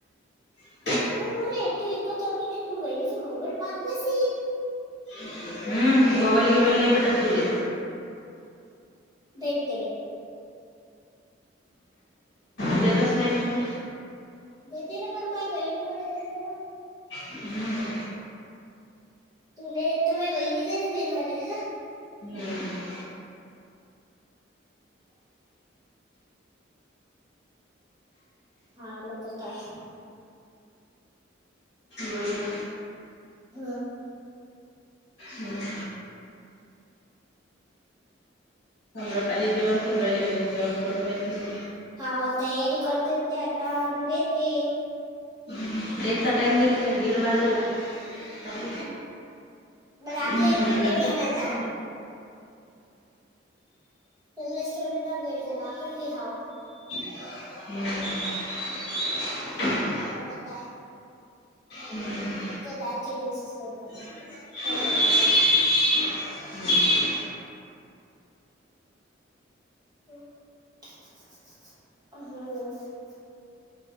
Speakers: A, on the left; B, on the right.
A: ह,
B: मग मलाट ऐकत की मी बहिणीचा मोबाईल पात बसीन.
A: हम्म,, मोबाईल गिबाईल नाही भेटत तुले.
B: ते, ऽ
A: ज्यातच नाही ना तुला.
B: म तेला पण माय गई नाही मले देवालाऽ
A: हम्म
B: तुला येत तर म वहिनीच नाही देईन मलाऽ
A: हम्म,
B: हा, आलं तर काय?
A: मनलं.
B: ह,
A: होऽ सम्रपाली जेवण करु राहिली, म्हणज जेवण करून येतऽ
B: हा तयारी करते ते आता मग येते
A: ह् रेपचा टाइम दिलेला आहे दीड वाजेला हम्
B: मग आपल्याला
A: हम्म
B: बी वेळ झाला ना त्यांलेच वेळ झाला आपण बि हाव
A: हम्म <inaudible>
B: झाल तर काय
A: हम्म
B: आजच्या दिवसाच वेळ झाला
A: हम्,
B: काही नाही मला हम् ह,